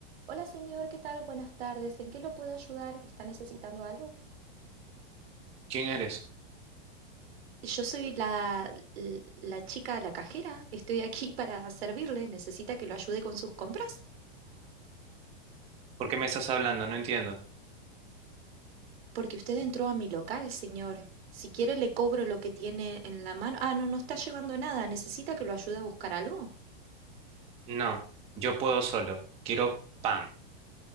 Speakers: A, on the right (about 75°); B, on the right (about 20°).
A: Hola señor, ¿qué tal? Buenas tardes. ¿En qué lo puedo ayudar? ¿Está necesitando algo?
B: ¿Quién eres?
A: Yo soy la, l- la chica, la cajera. Estoy aquí para servirle. Necesita que lo ayude con sus compras.
B: ¿Por qué me estás hablando? No entiendo.
A: Porque usted entró a mi local, señor. Si quiere, le cobro lo que tiene en la mano. Ah, no, no está llevando nada. ¿Necesita que lo ayude a buscar algo?
B: No, yo puedo solo. Quiero pan.